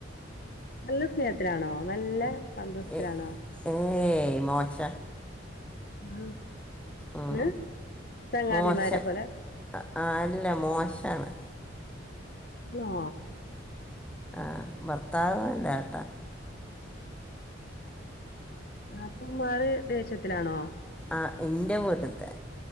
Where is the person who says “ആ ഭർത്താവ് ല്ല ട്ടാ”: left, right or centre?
Centre